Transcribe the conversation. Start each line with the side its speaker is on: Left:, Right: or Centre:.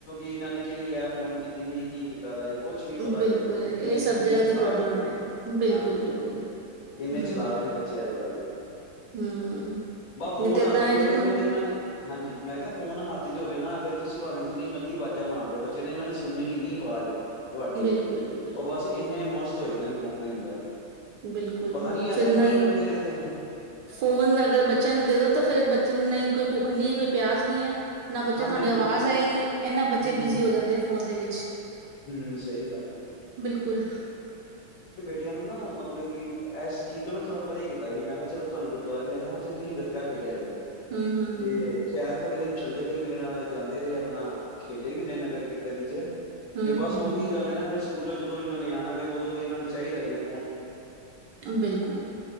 Left: ਇਹਨਾਂ ਨੇ ਕਿਹੜੀ ਐਪ ਓਨ ਕੀਤੀ ਦੀ ਕੀ ਕੀਤਾ ਦਾ ਸੀ। ਕੁਛ ਵੀ ਨੀ ਪਤਾ
Right: ਬਿਲਕੁਲ
Left: ਲੱਗਣ ਦਿੰਦੇ
Right: ਇਹ
Left: ਇੰਨੇ,
Right: ਸਭ
Left: ਇੰਨੇ
Right: ਜਗ੍ਹਾ
Left: ਚਲਾਕ
Right: ਦੀ ਪ੍ਰੋਬਲਮ
Left: ਹੈਗੇ ਨੇ
Right: ਹੈ ਬਿਲਕੁਲ
Left: ਹਾਂਜੀ
Right: ਬਿਲਕੁਲ
Left: ਇੰਨੇ
Right: ਹੂੰ
Left: ਚਲਾਕ ਨੇ ਬੱਚੇ ਅੱਜ ਕੱਲ ਦੇ।
Right: ਹੂੰ
Left: ਫੋਨ
Right: ਨਹੀਂ ਤੇ ਏਦਾਂ
Left: ਹੱਥ ਹੋਵੇ
Right: ਹੈ ਦੇਖੋ
Left: ਫਿਰ
Right: ਨਾ,
Left: ਤੇ ਇਹਨਾਂ ਨੇ ਹਾਂਜੀ ਮੈਂ ਕਿਹਾ ਫੋਨ ਹੱਥ ਹੋਵੇ ਨਾ ਫੇਰ ਤੁਸੀਂ ਭਾਵੇਂ ਜਿੰਨੀ ਮਰ ਆਵਾਜ਼ਾਂ ਮਾਰਲੋ ਬੱਚੇ ਨੇ ਇਹਨਾਂ ਨੇ ਸੁਣਣੀ ਨੀ ਆਵਾਜ਼। ਤੁਹਾਡੀ
Right: ਬਿਲਕੁਲ ਬਿਲਕੁਲ
Left: ਉਹ ਬਸ ਇੰਨੇ ਮਸ ਹੋ ਜਾਂਦੇ ਨੇ ਫੋਨ ਦੇ ਅੰਦਰ।
Right: ਬਿਲਕੁਲ
Left: ਪਤਾ ਨੀ ਐਸਾ
Right: ਫਿਰ ਨਹੀਂ
Left: ਕੀ ਲੱਭਦੇ ਰਹਿੰਦੇ ਨੇ
Right: ਫੋਨ ਅਗਰ ਬੱਚਿਆਂ ਨੂੰ ਦੇ ਦੋ ਤਾਂ ਫਿਰ ਬੱਚੇ ਨਹੀਂ ਕੋਈ ਭੁੱਖ ਨੀ ਹੈ ਕੋਈ ਪਿਆਸ ਨੀ ਹੈ। ਨਾ ਬੱਚੇ
Left: ਹਾਂਜੀ
Right: ਤੁਹਾਡੀ
Left: ਹਾਂਜੀ
Right: ਆਵਾਜ਼
Left: ਬਿਲਕੁਲ
Right: ਆਏਗੀ ਇਹਨਾ ਬੱਚੇ
Left: ਹੂੰ
Right: ਬਿਜ਼ੀ
Left: ਹੂੰ
Right: ਹੋ ਜਾਂਦੇ ਆ ਫੋਨ ਦੇ ਵਿੱਚ
Left: ਹੂੰ ਸਹੀ ਗੱਲ
Right: ਬਿਲਕੁਲ।
Left: ਚਿਆਂ ਨੂੰ ਨਾ ਮਤਲਬ ਕਿ ਇਸ ਚੀਜ਼ ਤੋਂ ਨਾ ਥੋੜਾ ਪਰੇ ਕੀਤਾ ਸੀ ਮੈਂ ਕਿਹਾ ਚਲੋ ਤੁਹੂੰ ਗੁਰਦੁਆਰੇ ਲੈ ਜਾਂਗਾ ਤੇ ਤੁਸੀਂ ਗਤਕਾ ਖੇਡਿਆ ਕਰੋ।
Right: ਹੂੰ, ਹੂੰ, ਹੂੰ,
Left: ਤੇ
Right: ਹੂੰ,
Left: ਸ਼ਾਇਦ ਥੋੜੇ ਦਿਨ ਚੱਲਦੇ ਮੇਰੇ ਨਾਲ ਜਾਂਦੇ ਰਹੇ ਆਪਣਾ ਖੇਡੇ ਵੀ ਨੇ ਨਗਰ ਕੀਰਤਨ ਇੱਚ।
Right: ਹੂੰ,
Left: ਤੇ ਬਸ
Right: ਹੂੰ,
Left: ਉਹੀ
Right: ਹੂੰ,
Left: ਗੱਲ ਨਾ ਫੇਰ ਸਕੂਲੋਂ ਜਦੋਂ ਇਹਨਾਂ ਨੇ ਆਉਣਾ ਤੇ ਉਦੋਂ ਤਾਂ ਇਹਨਾਂ ਨੂੰ ਚਾਹੀਦਾ ਹੀ ਆ ਫੋਨ।
Right: ਬਿਲਕੁਲ।